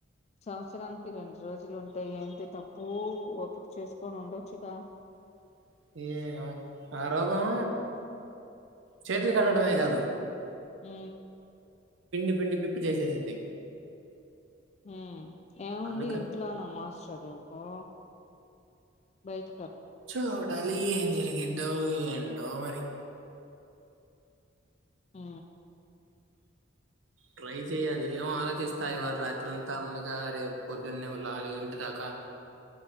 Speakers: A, on the left (about 35°); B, on the right (about 75°).
A: సంవత్సరానికి రెండు రోజులు ఉంటే ఏంటి తప్పూ ఓపిక చేసుకొని ఉండొచ్చుగా
B: <inaudible> ఏమో ఆ రోగం చేట్లు కట్టడమే గాదు
A: ఊ
B: పిండి పిండి పిప్పి చేసేసిద్ది
A: మ్మ్ ఏముంది
B: అందుకని
A: ఇంట్లో నమాజ్ చదువుకో బైట
B: చూడాలి ఏం జరిగిద్దో ఏంటో మరి
A: ఊ
B: ట్రై చెయాలి ఏమో ఆలోచిస్తా ఇవాళ రాత్రి అంతా ఉంది ఇంకా రేపు పొద్దున్నే నాలుగింటిదాకా